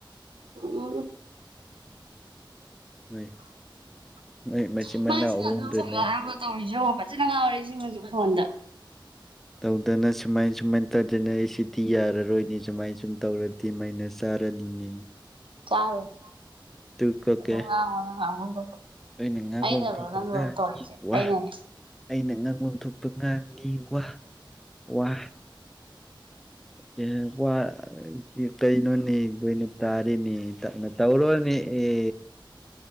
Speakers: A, on the right (about 80°); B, in the centre.
A: ꯎꯝ ꯎꯝ
B: ꯃꯣꯏ
A: <inaudible>
B: ꯃꯣꯏ ꯃꯆꯤꯟ
A: ꯏꯃꯥ
B: ꯃꯅꯥꯎ
A: ꯏꯁꯤꯡ
B: ꯑꯍꯨꯝꯗꯨꯅꯦ
A: ꯃꯨꯛꯇ <inaudible> ꯇꯧꯔꯤꯁꯦ ꯌꯦꯉꯨ ꯐꯖꯅ ꯉꯥꯎꯔꯦ ꯁꯤꯃꯁꯨ ꯐꯣꯟꯗ
B: ꯇꯧꯗꯅ ꯁꯨꯃꯥꯏ ꯁꯨꯃꯥꯏꯅ ꯇꯧꯗꯅ ꯑꯩ ꯁꯤꯗꯤ ꯌꯥꯔꯔꯣꯏꯅꯤ ꯁꯨꯃꯥꯏꯅ ꯁꯨꯝ ꯇꯧꯔꯗꯤ ꯃꯥꯏꯅ ꯆꯥꯔꯅꯤ ꯑꯅꯤ ꯅꯦ
A: ꯆꯥꯔꯨꯅꯨ
B: ꯀꯣꯀꯦ
A: ꯑꯗꯨꯝ ꯉꯥꯉꯣ ꯅꯪ ꯉꯥꯡꯐꯝ ꯊꯣꯛꯄ
B: ꯑꯩꯅ ꯉꯥꯡꯕ
A: ꯑꯩꯅꯔꯣ
B: ꯑꯃ ꯊꯣꯛꯄ
A: ꯅꯪꯅꯔꯣ
B: ꯉꯥꯡꯅꯤ
A: ꯇꯧ ꯍꯥꯏꯁꯦ
B: ꯋꯥ
A: ꯑꯩꯅꯅꯦ
B: ꯑꯩꯅ ꯉꯪꯐꯝ ꯊꯣꯛꯄ ꯉꯥꯡꯅꯤ ꯋꯥ ꯋꯥ ꯀꯩꯅꯣ ꯋꯥ ꯀꯩꯅꯣꯅꯤ ꯂꯣꯏꯅ ꯇꯥꯔꯤꯅꯦ ꯇꯞꯅ ꯇꯧꯔꯣ ꯂꯣꯅꯦ ꯑꯦ